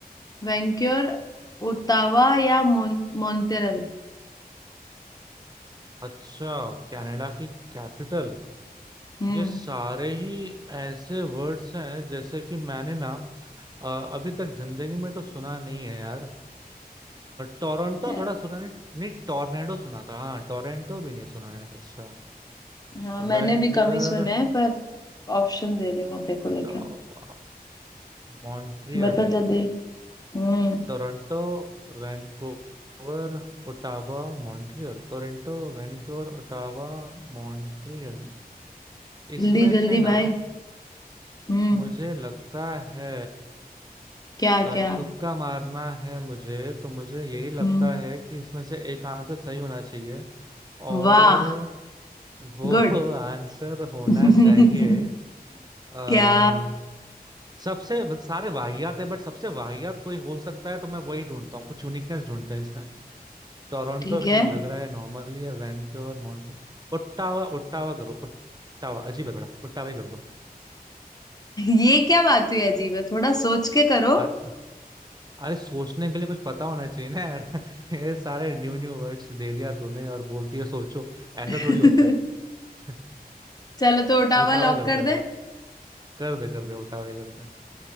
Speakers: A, on the left (about 25°); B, on the right (about 25°).
A: वैंक्योर ओटावा या मॉन मॉन्ट्रियल
B: अच्छा कनाडा की कैपिटल
A: हम्म
B: ये सारे ही ऐसे वर्ड्स हैं जैसे कि मैंने ना अ, अभी तक जिंदगी में तो सुना नहीं है यार अ, टोरंटो
A: <laughs>
B: थोड़ा सुना नहीं नहीं टोर्नेडो सुना था हाँ टोरंटो भी नहीं सुना है अच्छा
A: हाँ मैंने
B: Vancouver
A: भी कम ही सुने हैं पर ऑप्शन दे रही हूँ तेरे
B: Ottawa
A: को लेकर
B: Montreal
A: बता जल्दी हम्म
B: Toronto Vancouver Ottawa Montreal Toronto Vancouver Ottawa Montreal इसमें
A: जल्दी जल्दी
B: से ना
A: भाई हम्म
B: मुझे लगता है
A: क्या
B: अ,
A: क्या
B: तुक्का मारना है मुझे तो मुझे यही लगता
A: हम्म
B: है कि इसमें से एक आंसर सही होना चाहिए और
A: वाह
B: वो
A: गुड
B: <laughs> आंसर होना
A: <laughs>
B: चाहिए आ,
A: क्या
B: सबसे सारे वाहियात है बट सबसे वाहियात कोई हो सकता है तो मैं वही ढूंढता हूँ कुछ यूनिकनेस ढूंढते हैं इसमें टोरंटो
A: ठीक है
B: चलो लग रहा है नॉर्मली है वैनक्योर मॉन्ट्रियल ओट्टावा ओट्टावा करो ओट्टावा अजीब है थोड़ा ओट्टावा ही कर
A: ये क्या बात हुई अजीब है थोड़ा सोच के करो
B: दो अरे सोचने के लिए कुछ पता होना चाहिए ना यार <laughs> ये सारे न्यू न्यू वर्ड्स दे दिया तूने और बोलती है सोचो ऐसा
A: <laughs>
B: थोड़ी होता है
A: चलो
B: <laughs>
A: तो ओटावा
B: उठावा
A: लॉक
B: कर
A: कर
B: दो यार
A: दें
B: कर दे कर दे उठावा ही कर दे